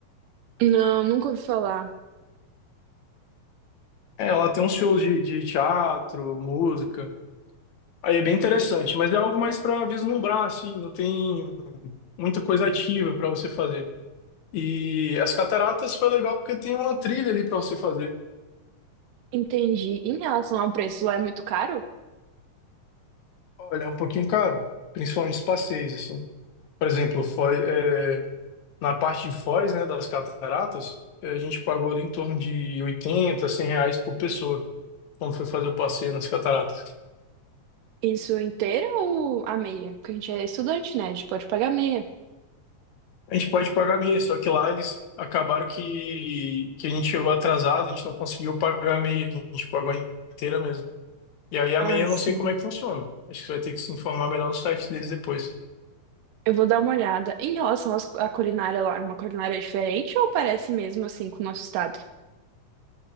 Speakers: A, on the right; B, on the left.
A: Não, nunca ouvi falar.
B: É, ela tem uns shows de, de teatro, música. Aí é bem interessante, mas é algo mais para vislumbrar, assim, não tem muita coisa ativa para você fazer. E as cataratas foi legal porque tem uma trilha ali para você fazer.
A: Entendi. Em relação ao preço, lá é muito caro?
B: Olha, é um pouquinho caro, principalmente os passeios, assim. Por exemplo, Foz- é, na parte de Foz, né, das cataratas, é, a gente pagou ali em torno de 80 100 reais por pessoa, quando foi fazer o passeio nas cataratas.
A: Isso inteira ou a meia? Porque a gente é estudante, né? A gente pode pagar meia.
B: A gente pode pagar meia, só que lá eles acabaram que, que a gente chegou atrasado, a gente não conseguiu pagar a meia, a gente pagou a inteira mesmo. E aí a
A: Ah,
B: meia eu
A: sim.
B: não sei como é que funciona. Acho que você vai ter que se informar melhor no site deles depois.
A: Eu vou dar uma olhada. Em relação às- à culinária lá, é uma culinária diferente ou parece mesmo assim com o nosso estado?